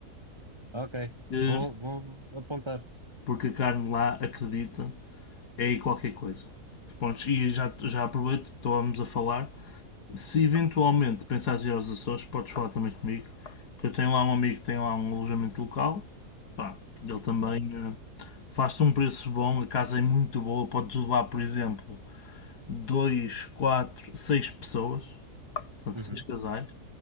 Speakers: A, on the right; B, on the left.
A: Ok,
B: Eh,
A: vou, vou apontar.
B: Porque a carne lá, acredita, é aí qualquer coisa. pontos e já, já aproveito, estávamos a falar, Se eventualmente pensares em ir aos Açores, podes falar também comigo. Que eu tenho lá um amigo que tem lá um alojamento local. Pá, ele também
A: Ok.
B: eh, faz-te um preço bom, a casa é muito boa. Podes levar, por exemplo, 2 4 6 pessoas, portanto,
A: Uhum.
B: 6 casais.